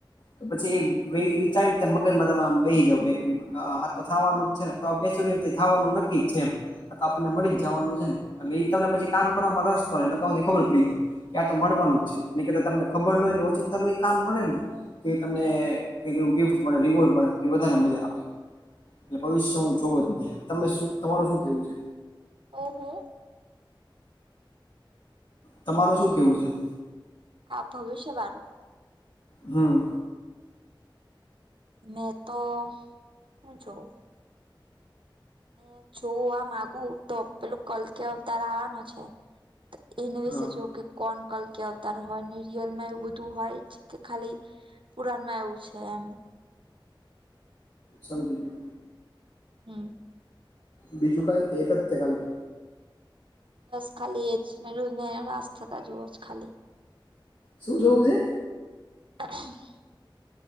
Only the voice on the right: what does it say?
ઓહો.
હા ભવિષ્યવાળું.
મેં તો હું જોઉં. મે જોવું માગું તો પેલું કલ્કી અવતાર આવવાનો છે. એને વિશે
જોવ કે. કોન કલ્કી અવતાર હોય ને રિયલ માં એવું બધું હોય કે ખાલી. પુરાણમાં એવું છે એમ.
હમ.
બસ ખાલી એ જ ને યુગ ને નાશ થતા જોવો છે ખાલી.
<unintelligible>